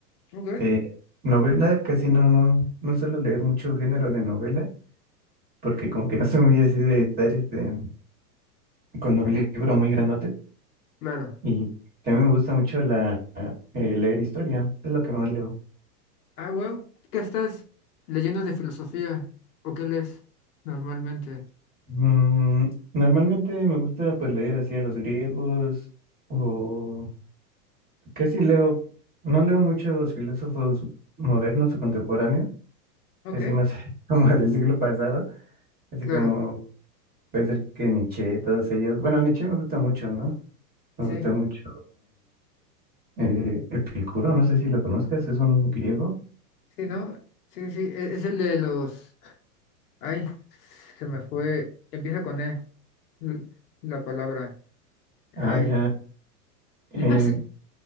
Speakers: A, on the left; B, on the right.
A: Ok,
B: Eh, novela, casi no, no, no suelo leer mucho género de novela, porque como que no soy muy así de estar este, con un libro muy grandote.
A: claro.
B: Y también me gusta mucho la, eh, leer historia, es lo que más leo.
A: Ah, wow. ¿Qué estás leyendo de filosofía? ¿O qué lees normalmente?
B: Mm, normalmente me gusta pues leer así a los griegos o... Casi leo, no leo muchos filósofos modernos o contemporáneos,
A: Ok,
B: así más <laughs> como del siglo pasado, así
A: claro.
B: como puede ser que Nietzsche, todos ellos. Bueno, Nietzsche me gusta mucho, ¿no? Me
A: Sí,
B: gusta mucho eh, Epicuro, no sé si lo conozcas, es un griego.
A: sí, ¿no? Sí, sí, e- es el de los Ay, se me fue. Empieza con E, l- la palabra. Ay,
B: Ah, ya. eh,
A: <laughs> sí,